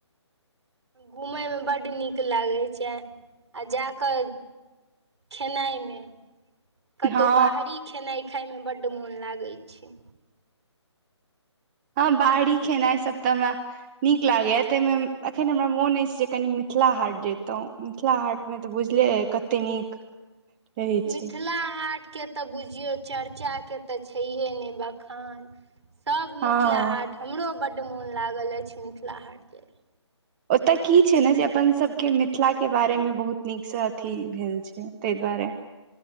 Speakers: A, on the right; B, on the right.
A: घूमय में बड नीक लागै छै आ जा क खेनाइ मे कतहु
B: हँ
A: बाहरी खेनाइ खााय में बड्ड मोन लागैत छै
B: हँ बाहरी खेनाइ सब त ह नीक लागेया तैमें अखन हमरा मोन अछि जे कनी मिथिला हाट जैतहुं मिथिला हाट मे तऽ बुझले अइ कते नीक रहै
A: मिथिला
B: छै
A: हाटके त बुझियौ चर्चा के त छैहे ने बखान सभ मिथिला
B: हँ
A: हाट हमरो बड् मोन लागल अछि मिथिला हाट जाय लेल
B: ओतय की छै ने जे अपन सब के मिथिला के बारे मे बहुत नीक से अथी भेल छै ताहि दुआरे